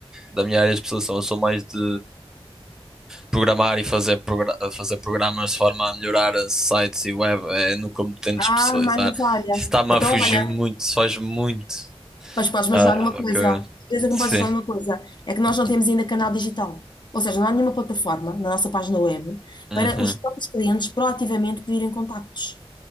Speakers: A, in the centre; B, on the left.
A: da minha área de especialização. Eu sou mais de programar e fazer progra- fazer programas de forma a melhorar eh, sites e web, é no que eu me tento
B: Ah,
A: especializar.
B: mais nessa área.
A: Isso está-me a
B: Então,
A: fugir
B: olha,
A: muito, foge muito.
B: Mas podes-me
A: ah
B: ajudar
A: Caraca.
B: numa coisa. Certeza que
A: Sim.
B: me podes ajudar numa coisa. É que nós não temos ainda canal digital. Ou seja, não há nenhuma plataforma na nossa página web
A: Uhum.
B: para os próprios clientes proativamente pedirem contactos.